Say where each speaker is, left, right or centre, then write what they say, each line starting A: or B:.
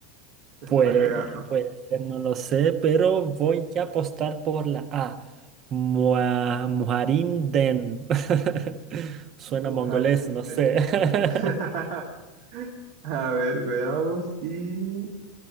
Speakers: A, on the right (about 60°); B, on the right (about 40°).
A: te
B: pues,
A: suenan a gato.
B: puede ser, no lo sé, pero voy a apostar por la A. Mua- Muharinden. <laughs> Suena
A: majurin
B: mongolés, no sé.
A: <laughs>
B: <laughs>
A: A ver, veamos. Y